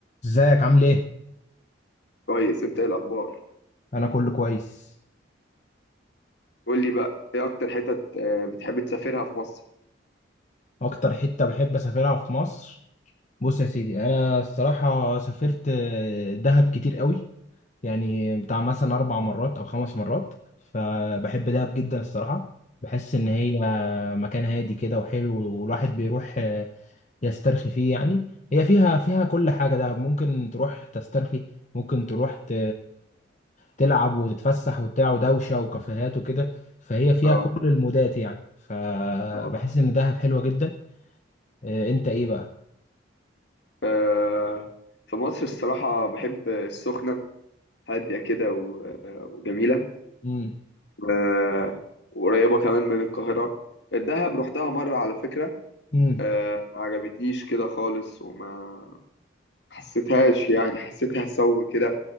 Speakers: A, on the left (about 40°); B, on the left (about 60°).
A: ازيك عامل ايه؟
B: كويس انت ايه الاخبار
A: انا كله كويس
B: قول لي بقى ايه اكتر حتت آه، بتحب تسافرها في مصر
A: اكتر حتة بحب اسافرها في مصر بص يا سيدي انا الصراحة سافرت آه، دهب كتير قوي يعني بتاع مثلا اربع مرات او خمس مرات فبحب دهب جدا الصراحة بحس ان هي مكان هادي كده وحلو والواحد بيروح يسترخي فيه يعني هي فيها فيها كل حاجة ده ممكن تروح تسترخي ممكن تروح ت... تلعب وتتفسح وبتاع ودوشة وكافيهات وكده فهي فيها
B: اه
A: كل المودات يعني فبحس
B: طبعا
A: إن دهب حلوة جدا إيه، أنت إيه بقى؟
B: آه، في مصر الصراحة بحب السخنة هادية كده و- وجميلة
A: مم.
B: آه، وقريبة كمان من القاهرة الدهب رحتها مرة على فكرة
A: مم.
B: آه، ما عجبتنيش كده خالص وما حسيتهاش يعني حسيتها سو كده